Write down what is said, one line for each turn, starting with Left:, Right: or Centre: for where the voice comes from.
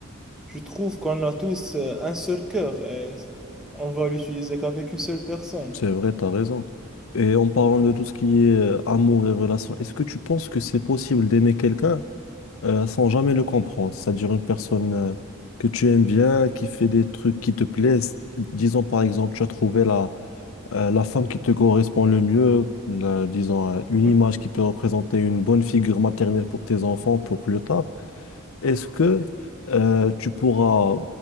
Centre: je trouve qu'on a tous euh, un seul cœur et euh, on va l'utiliser qu'avec une seule personne.
Left: c'est vrai, tu as raison. Et en parlant de tout ce qui est euh, amour et relation, est-ce que tu penses que c'est possible d'aimer quelqu'un euh, sans jamais le comprendre? C'est-à-dire une personne euh, que tu aimes bien, qui fait des trucs qui te plaisent. Disons par exemple, tu as trouvé la, euh, la femme qui te correspond le mieux, la- disons euh, une
Centre: Ouais.
Left: image qui peut représenter une bonne figure maternelle pour tes enfants pour plus tard. Est-ce que euh, tu pourras